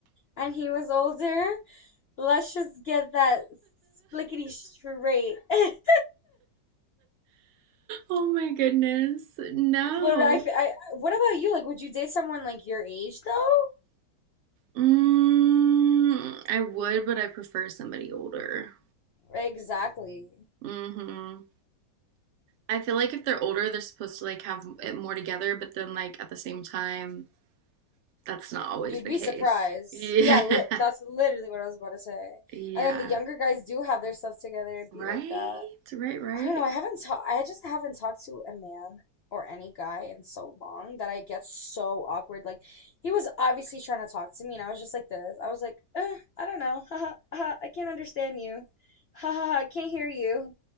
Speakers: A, on the left; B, on the right.
A: and he was older. Let's just get that splickety straight. <laughs>
B: Oh my goodness. No.
A: But I, f- I- what about you? Like, would you date someone like your age though?
B: Mm, I would, but I prefer somebody older.
A: Exactly.
B: hmm I feel like if they're older, they're supposed to like have it more together, but then like at the same time, that's not always
A: You'd
B: the
A: be
B: case.
A: surprised.
B: Yeah.
A: Yeah, li that's
B: <laughs>
A: literally what I was about to say.
B: Yeah.
A: And then the younger guys do have their stuff together. It'd
B: Right?
A: be like that.
B: Right, right.
A: I don't know. I haven't talked. I just haven't talked to a man or any guy in so long that I get so awkward. Like he was obviously trying to talk to me, and I was just like this. I was like, eh, I don't know. Ha ha ha! I can't understand you. Ha ha ha! I can't hear you.